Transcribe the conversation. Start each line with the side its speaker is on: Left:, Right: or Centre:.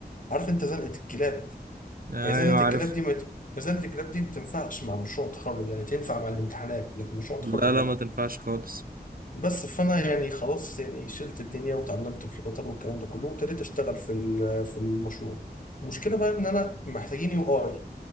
Left: عارف انت زنقه الكلاب
Right: ايوه
Left: هي زنقه
Right: عارف
Left: الكلاب دي ما ت- زنقه الكلاب دي ما تنفعش مع مشروع تخرج يعني تنفع مع الامتحانات لكن مشروع
Right: لا
Left: تخرج
Right: لا
Left: لا
Right: ما تنفعش خالص
Left: بس فانا يعني خلاص يعني شلت الدنيا وتعلمت فلوتر والكلام ده كله وابتديت اشتغل في ال- في المشروع المشكله بقى ان انا محتاجين يو اي